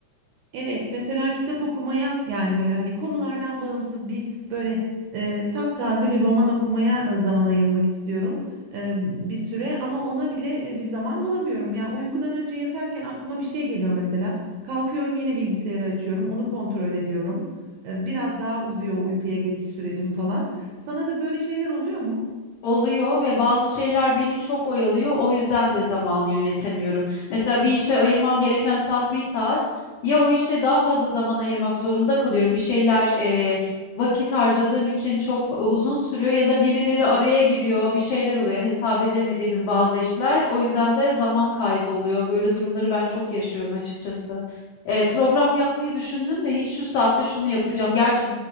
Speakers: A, on the right; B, on the left.
A: Evet, mesela kitap okumaya yani böyle hani konulardan bağımsız bir böyle e, taptaze bir roman okumaya e, zaman ayırmak istiyorum e, bir süre ama ona bile e, bir zaman bulamıyorum. Yani uykudan önce yatarken aklıma bir şey geliyor mesela. Kalkıyorum yine bilgisayarı açıyorum, onu kontrol ediyorum. E, biraz daha uzuyor uykuya geçiş sürecim falan. Sana da böyle şeyler oluyor mu?
B: oluyor ve bazı şeyler beni çok oyalıyor. O yüzden de zamanı yönetemiyorum. Mesela bir işe ayırmam gereken saat bir saat. Ya o işe daha fazla zaman ayırmak zorunda kalıyorum. Bir şeyler e, vakit harcadığım için çok fa- uzun sürüyor ya da birileri araya giriyor, bir şeyler oluyor. Hesap edemediğimiz bazı işler. O yüzden de zaman kaybı oluyor. Böyle durumları ben çok yaşıyorum açıkçası. E, program yapmayı düşündün mü? Hiç şu saatte şunu yapacağım. Gerçi